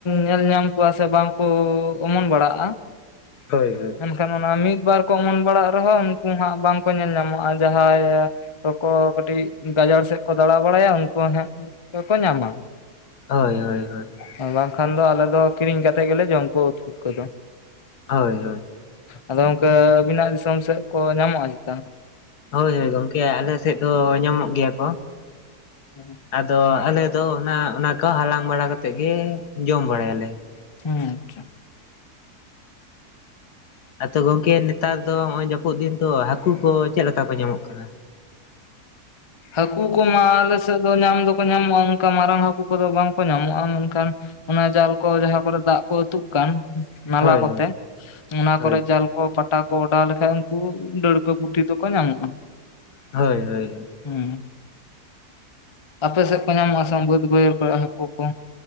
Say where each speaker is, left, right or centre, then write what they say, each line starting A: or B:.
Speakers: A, on the left (about 45°); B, on the left (about 75°).
A: ᱧᱮᱞ ᱧᱟᱢ ᱠᱚᱣᱟ ᱥᱮ ᱵᱟᱝ ᱠᱩ ᱚᱢᱚᱱ ᱵᱟᱲᱟᱜ-ᱟ ᱾
B: ᱦᱳᱭ ᱦᱳᱭ ᱾
A: ᱢᱮᱱᱠᱷᱟᱱ ᱚᱱᱟ ᱢᱤᱫ ᱵᱟᱨ ᱠᱚ ᱚᱢᱚᱱ ᱵᱟᱲᱟᱜ ᱨᱮᱦᱚᱸ ᱩᱱᱠᱩ ᱦᱟᱸᱜ ᱵᱟᱝᱠᱚ ᱧᱮᱞ ᱧᱟᱢᱚᱜ-ᱟ ᱡᱟᱦᱟᱭ ᱠᱚᱠᱚ ᱠᱟᱹᱴᱤᱡ ᱜᱟᱡᱟᱲ ᱥᱮᱫ ᱠᱚ ᱫᱟᱬᱟ ᱵᱟᱲᱟᱭᱟ ᱩᱱᱠᱩ ᱦᱟᱸᱜ ᱠᱚ ᱧᱟᱢᱟ ᱾
B: ᱦᱳᱭ ᱦᱳᱭ ᱦᱳᱭ ᱾
A: ᱵᱟᱝᱠᱷᱟᱱ ᱫᱚ ᱟᱞᱮ ᱫᱚ ᱠᱤᱨᱤᱧ ᱠᱟᱛᱮ ᱜᱮᱞᱮ ᱡᱚᱢ ᱠᱚ ᱩᱫ ᱯᱩᱴᱠᱟᱹ ᱫᱚ ᱾
B: ᱦᱳᱭ ᱦᱳᱭ ᱾
A: ᱟᱫᱚ ᱚᱱᱠᱟ ᱟᱵᱤᱱᱟᱜ ᱫᱤᱥᱚᱢ ᱥᱮᱫ ᱠᱚ ᱧᱟᱢᱚᱜ-ᱟ ᱪᱮᱛᱟ?
B: ᱦᱳᱭ ᱦᱳᱭ ᱜᱚᱢᱠᱮ ᱟᱞᱮ ᱥᱮᱫ ᱫᱚ ᱧᱟᱢᱚᱜ ᱜᱮᱭᱟ ᱠᱚ ᱾
A: ᱦᱮᱸ ᱾
B: ᱟᱫᱚ ᱟᱞᱮ ᱫᱚ ᱚᱱᱟ ᱚᱱᱟ ᱠᱚ ᱦᱟᱞᱟᱝ ᱵᱟᱲᱟ ᱠᱟ ᱠᱟᱛᱮ ᱜᱮ ᱡᱚᱢ ᱵᱟᱲᱟᱭᱟᱞᱮ ᱾
A: ᱦᱮᱸ ᱟᱪᱪᱷᱟ ᱾
B: ᱟᱫᱚ ᱜᱚᱝᱠᱮ ᱱᱮᱛᱟᱨ ᱫᱚ ᱦᱚᱜᱚᱭ ᱡᱟᱹᱯᱩᱫ ᱫᱤᱱ ᱫᱚ ᱦᱟᱹᱠᱩ ᱠᱚ ᱪᱮᱫ ᱞᱮᱠᱟ ᱠᱚ ᱧᱟᱢᱚᱜ ᱠᱟᱱᱟ?
A: ᱦᱟᱹᱠᱩ ᱠᱚᱢᱟ ᱟᱞᱮᱥᱮᱫ ᱫᱚ ᱧᱟᱢ ᱫᱚᱠᱚ ᱧᱟᱢᱚᱜᱼᱟ ᱚᱱᱠᱟ ᱢᱟᱨᱟᱝ ᱦᱟᱹᱠᱩ ᱠᱚᱫᱚ ᱵᱟᱝᱠᱚ ᱧᱟᱢᱚᱜᱼᱟ ᱢᱮᱱᱠᱷᱟᱱ ᱚᱱᱟ ᱡᱟᱞ ᱠᱚ ᱡᱟᱦᱟᱸ ᱠᱚᱨᱮ ᱫᱟᱜ ᱠᱚ ᱟᱹᱛᱩᱜ ᱠᱟᱱ ᱱᱟᱞᱟ
B: ᱦᱳᱭ
A: ᱠᱚᱛᱮ
B: ᱦᱳᱭ
A: ᱚᱱᱟ
B: ᱦᱳᱭ
A: ᱠᱚᱨᱮ ᱡᱟᱞ ᱠᱚ ᱯᱟ ᱴᱟ ᱠᱚ ᱚᱰᱟᱣ ᱞᱮᱠᱷᱟᱡ ᱩᱱᱠᱩ ᱰᱟᱹᱲᱠᱟᱹ ᱯᱩᱴᱷᱤ ᱫᱚᱠᱚ ᱧᱟᱢᱚᱜ-ᱟ ᱾
B: ᱦᱳᱭ ᱦᱳᱭ ᱾
A: ᱦᱩᱸ ᱟᱯᱮ ᱥᱮᱫ ᱠᱚ ᱧᱟᱢᱚᱜ-ᱟ ᱥᱮ ᱵᱟᱝ ᱵᱟᱹᱫᱽ ᱵᱟᱹᱭᱦᱟᱹᱲ ᱠᱚᱨᱮ ᱦᱟᱹᱠᱩ ᱠᱚ?